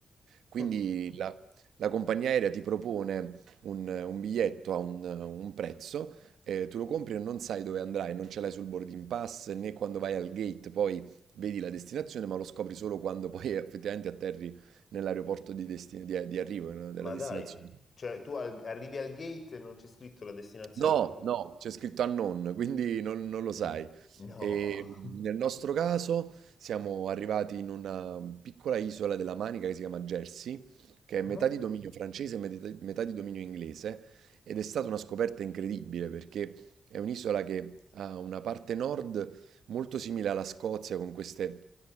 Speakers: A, on the right; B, on the left.
A: Quindi
B: <laughs>
A: la, la compagnia aerea ti propone un, un biglietto a un, un prezzo, eh, tu lo compri e non sai dove andrai, non ce l'hai sul boarding pass né quando vai al gate, poi vedi la destinazione, ma lo scopri solo quando poi effettivamente atterri nell'aeroporto di, desti- di- di arrivo, no, della
B: ma
A: destinazione.
B: dai, cioè tu al- arrivi al gate e non c'è scritto la destinazione
A: No,
B: sul...
A: no, c'è scritto unknown, quindi non, non lo
B: Mm,
A: sai.
B: No,
A: E, mh,
B: <laughs>
A: nel nostro caso siamo arrivati in una piccola isola della Manica che si chiama Jersey, che è
B: Ah.
A: metà di dominio francese e metà, metà di dominio inglese, ed è stata una scoperta incredibile perché è un'isola che ha una parte nord molto simile alla Scozia, con queste